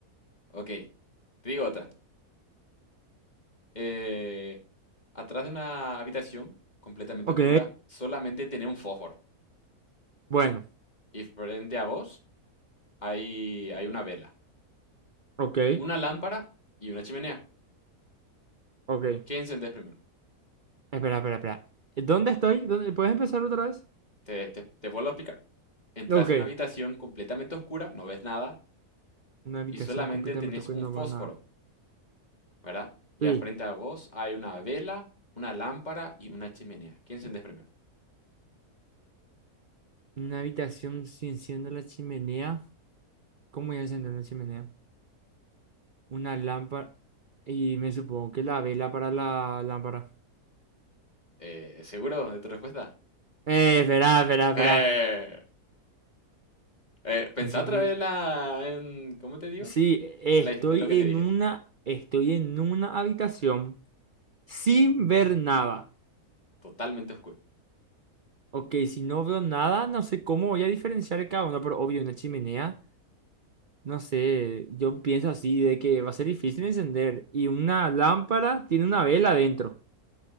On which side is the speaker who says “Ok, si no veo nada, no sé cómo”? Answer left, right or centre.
Right